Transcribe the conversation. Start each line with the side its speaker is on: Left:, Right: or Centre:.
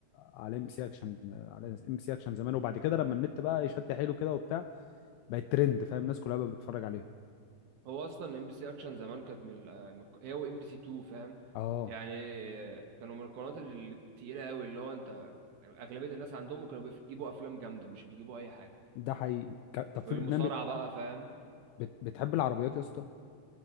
Left: على ام بي سي اكشن على ام بي سي اكشن زمان وبعد كده لما النت بقى يشد حيله كده وبتاع بقت ترند فاهم الناس كلها بقت بتتفرج عليه
Right: هو اصلا ام بي سي اكشن زمان كانت من ال- آه، من الق- هي وام بي سي 2 فاهم
Left: اه
Right: يعني كانوا من القنوات ال- التقيله قوي اللي هو انت اغلبيه الناس عندهم كانوا بيجيبوا افلام جامده مش بيجيبوا اي حاجه
Left: ده حقيقي ك- طب في
Right: والمصارعه
Left: برنامج
Right: بقى فاهم
Left: بت... بتحب العربيات يا اسطى